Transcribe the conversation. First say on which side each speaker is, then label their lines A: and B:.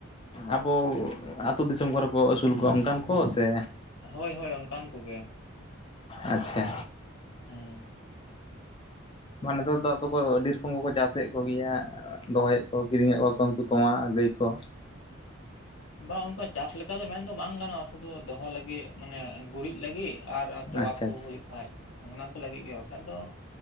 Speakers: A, on the left; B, on the left.
A: ᱟᱵᱚ ᱟᱹᱛᱩ ᱫᱤᱥᱚᱢ ᱠᱚᱨᱮ ᱠᱚ ᱟᱹᱥᱩᱞ ᱠᱚᱣᱟ ᱚᱱᱠᱟᱱ ᱠᱚ ᱥᱮ
B: ᱦᱳᱭ ᱦᱳᱭ ᱚᱱᱠᱟᱱ ᱠᱚᱜᱮ᱾
A: <inaudible> ᱟᱪᱪᱷᱟ
B: ᱦᱮᱸ
A: ᱢᱟ ᱱᱮᱛᱟᱨ ᱫᱚ ᱟᱫᱚ ᱠᱚ ᱟᱹᱰᱤ ᱨᱚᱠᱚᱢ ᱠᱚᱠᱚ ᱪᱟᱥᱮᱫ ᱠᱚᱜᱮᱭᱟ ᱫᱚᱦᱚᱭᱮᱫ ᱠᱚ ᱠᱤᱨᱤᱧᱮᱫ ᱠᱚ ᱩᱱᱠᱩ ᱛᱳᱣᱟ ᱜᱟᱹᱭ ᱠᱚ
B: ᱵᱟ ᱚᱱᱠᱟ ᱪᱟᱥ ᱞᱮᱠᱟ ᱫᱚ ᱢᱮᱱᱫᱚ ᱵᱟᱝ ᱜᱟᱱᱚᱜᱼᱟ ᱥᱩᱫᱩ ᱫᱚᱦᱚ ᱞᱟᱹᱜᱤᱫ ᱢᱟᱱᱮ ᱜᱩᱨᱤᱡ ᱞᱟᱹᱜᱤᱫ ᱟᱨ ᱛᱚᱣᱟ
A: ᱟᱪᱪᱷᱟ
B: ᱠᱚ
A: ᱟᱪᱪᱷᱟ
B: ᱦᱩᱭᱩᱜ ᱠᱷᱟᱡ, ᱚᱱᱟ ᱠᱚ ᱞᱟᱹᱜᱤᱫ ᱜᱮ ᱵᱟᱠᱷᱟᱡ ᱫᱚ